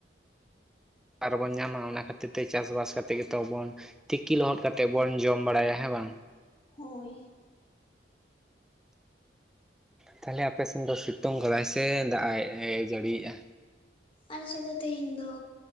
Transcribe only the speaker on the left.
ᱦᱳᱭ᱾
ᱟᱞᱟ ᱥᱮᱛ ᱫᱚ ᱛᱮᱦᱤᱧ ᱫᱚ